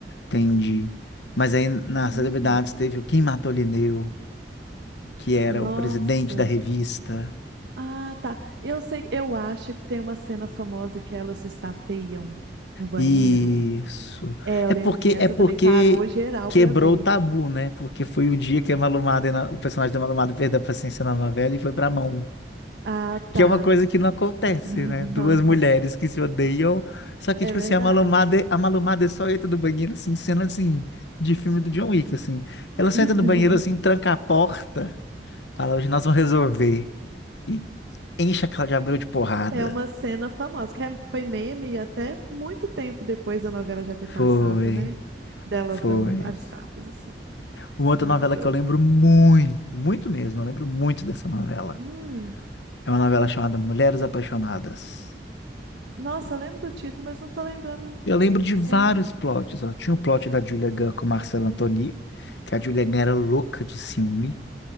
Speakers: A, on the left; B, on the right.
A: Entendi. Mas aí nas
B: Hum,
A: celebridades teve o Quem Matou Lineu, que era
B: nossa.
A: o presidente da revista.
B: Ah, tá. Eu sei, eu acho que tem uma cena famosa que elas se estapeiam no banheiro.
A: Isso.
B: É, eu
A: É
B: lembro
A: porque
B: que essa
A: é porque
B: também parou geral
A: quebrou
B: pra ver.
A: o tabu, né? Porque foi o dia que a Malumada, o personagem da Malumada perdeu a paciência na novela e foi pra mão.
B: Ah, tá.
A: Que é uma coisa que não acontece,
B: <laughs>
A: né? Duas
B: Não, acon-
A: mulheres que se odeiam, só que,
B: é
A: tipo
B: verdade.
A: assim, a Malumada, a Malumada só entra no banheiro, assim, cena, assim, de filme do John Wick, assim. Ela só
B: <laughs>
A: entra no banheiro, assim, tranca a porta, fala, hoje nós vamos resolver. E enche a Cláudia Abreu de porrada.
B: É uma cena famosa, que é- foi meme até muito tempo depois da novela já ter passado,
A: Foi,
B: né? Delas
A: foi.
B: dando vários tapas, assim,
A: Uma outra
B: de um
A: novela
B: lado para
A: que
B: outro.
A: eu lembro muito, muito mesmo, eu lembro muito dessa novela.
B: Hum,
A: É uma novela chamada Mulheres Apaixonadas.
B: nossa, eu lembro do título, mas não tô lembrando
A: Eu lembro
B: de ninguém.
A: de vários plots, ó. Tinha o plot da Julia Gunn com o Marcelo Antony, que a Julia Gunn era louca de ciúme,